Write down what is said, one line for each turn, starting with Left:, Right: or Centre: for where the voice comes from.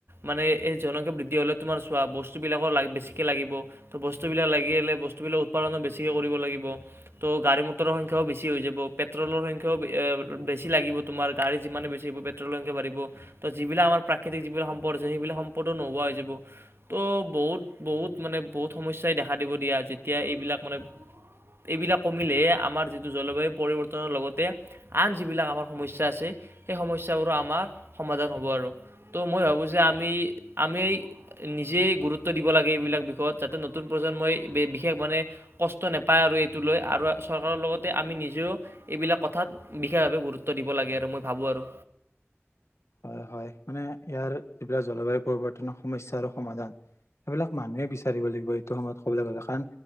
Right: মানে এই জনসংখ্যা বৃদ্ধি হ'লে তোমাৰ চোৱা বস্তুবিলাকৰ ল বেছিকৈ লাগিব ত' বস্তুবিলাক লাগিলে বস্তু বস্তুবিলাক উৎপাদনো বেছিকৈ কৰিব লাগিব তো গাড়ী মটৰৰ সংখ্যাও বেছি হৈ যাব পেট্ৰলৰ সংখ্যাও বেছি লাগিব তোমাৰ গাড়ী যিমানে বেছি হ'ব পেট্ৰলৰ সংখ্যা বাঢ়িব তো যিবিলাক আমাৰ প্ৰাকৃতিক যিবিলাক সম্পদ আছে সেইবিলাক সম্পদো নোহোৱা হৈ যাব তো বহুত বহুত মানে বহুত সমস্যাই দেখা দিব দিয়া আজি এতিয়া এইবিলাক মানে এইবিলাক কমিলেহে আমাৰ যিটো জলবায়ু পৰিৱৰ্তনৰ লগতে আন যিবিলাক আমাৰ সমস্যা আছে সেই সমস্যাবোৰৰ আমাৰ সমাধান হ'ব আৰু ত' মই ভাবোঁ যে আমি আমি নিজেই গুৰুত্ব দিব লাগে এইবিলাক বিষয়ত যাতে নতুন প্ৰজন্মই বিশেষ মানে কষ্ট নাপায় আৰু এইটো লৈ আৰু চৰকাৰৰ লগতে আমি নিজেও এইবিলাক কথাত বিশেষভাৱে গুৰুত্ব দিব লাগে আৰু মই ভাবোঁ আৰু।
Left: হয় হয় মানে ইয়াৰ যিবিলাক জলবায়ু পৰিবৰ্তনৰ সমস্যা আৰু সমাধান সেইবিলাক মানুহে বিচাৰিব লাগিব এইটো সময়ত কবলৈ গলে কাৰণ